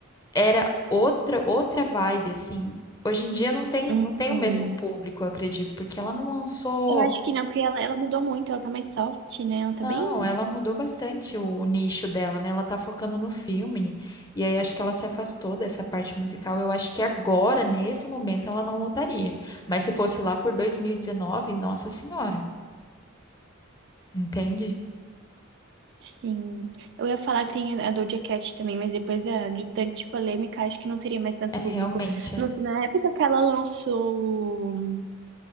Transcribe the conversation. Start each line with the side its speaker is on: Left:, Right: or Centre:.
Left: era outra outra vibe, assim. Hoje em dia não tem,
Right: Uhum.
Left: não tem o mesmo público, eu acredito, porque ela não lançou.
Right: Eu acho que não, porque ela, ela mudou muito. Ela tá mais soft, né? Ela tá
Left: Não,
Right: bem
Left: ela mudou bastante o nicho dela, né? Ela tá focando no filme. E aí acho que ela se afastou dessa parte musical. Eu acho que agora, nesse momento, ela não lotaria. Mas se fosse lá por 2019, nossa senhora. Entende?
Right: Sim. Eu ia falar que tem a a Doja Cat também, mas depois da- de tanta polêmica, acho que não teria mais tanto
Left: É
Right: público.
Left: realmente. É.
Right: No- na época que ela lançou. o-